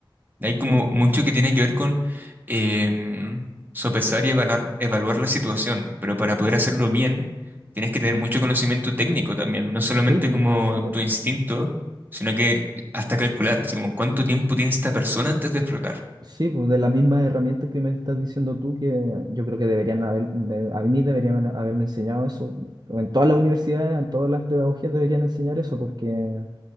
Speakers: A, on the right; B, on the right.
A: Hay como
B: Sí,
A: mucho que tiene que ver con em, sopesar y evaluar, evaluar la situación, pero para poder hacerlo bien tienes que tener mucho conocimiento técnico también, no solamente
B: Sí, pues,
A: como
B: de-
A: tu instinto, sino
B: sí,
A: que hasta calcular, así como cuánto tiempo tiene esta persona antes de explotar.
B: Sí, pues de las mismas herramientas que me estás diciendo tú, que yo creo que deberían haber, de- a mí deberían haberme enseñado eso. En todas las universidades, en todas las pedagogías deberían enseñar eso, porque,